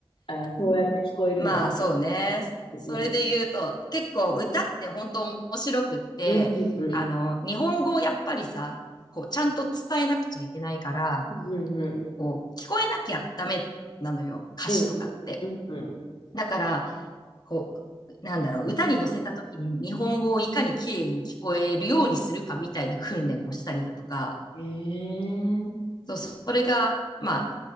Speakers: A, on the left (about 65°); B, on the left (about 40°).
A: あー、そうやって聞こえるんだ。
B: うん。まあそうね。
A: うん、
B: それで言うと、結構歌って本当面白くって、
A: うん、うん、うん、
B: あの、日本語をやっぱりさ、こう、ちゃんと伝えなくちゃいけないから、
A: うん、うん、
B: こう、聞こえなきゃダメなのよ、歌詞とかって。
A: うん、うん、うん。
B: だから、こう、なんだろう、歌に乗せた時に日本語をいかに綺麗に聞こえるようにするかみたいな訓練をしたりだとか、
A: へえー。
B: そう、それが、まあ、